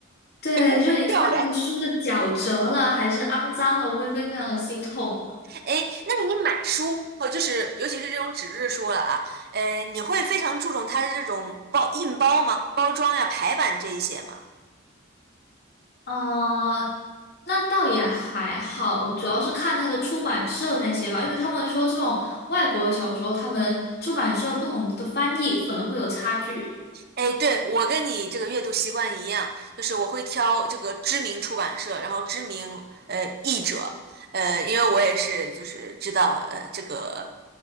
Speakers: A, on the left; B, on the right.
A: 对，
B: <laughs>
A: 就是你看那个书的角折了还是肮脏了，
B: 漂亮。
A: 我会非常的心痛。
B: 哎，那你买书哦，就是尤其是这种纸质书了啊，呃，你会非常注重它的这种包印包吗？包装呀、排版这一些吗？
A: 呃，那倒也还好，我主要是看它的出版社那些吧，因为他们说这种外国小说，他们出版社不同的翻译可能会有差距。
B: 哎，对，我跟你这个阅读习惯一样，就是我会挑这个知名出版社，然后知名呃译者，呃，因为我也是就是知道呃这个